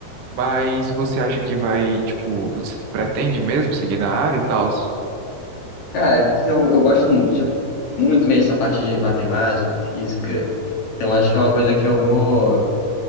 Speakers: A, on the right; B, on the left.
A: Mas você acha que vai, tipo, você pretende mesmo seguir na área e tal?
B: Cara, é porque eu, eu gosto mu- tipo, muito mesmo dessa parte de matemática, física. Então acho que é uma coisa que eu vou.